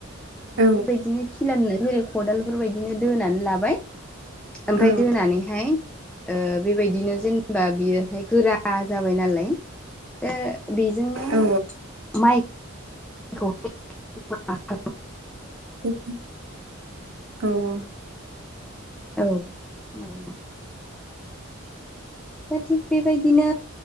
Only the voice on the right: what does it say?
औ
औ
औ
<unintelligible> औ